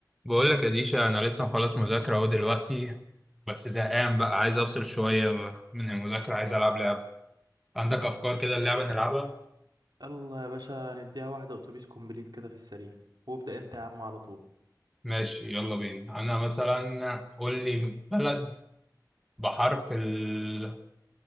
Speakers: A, in the centre; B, on the right (about 75°).
A: بقول لك يا ديشا انا لسه مخلص مذاكره اهو دلوقتي بس زهقان بقى عايز افصل شويه من المذاكره عايز العب لعبه عندك افكار كده اللعبه نلعبها
B: يلا يا باشا نديها واحدة أتوبيس كومبليت كده في السريع وابدأ أنت يا عم على طول
A: ماشي يلا بينا انا مثلا قول لي بلد بحرف ال...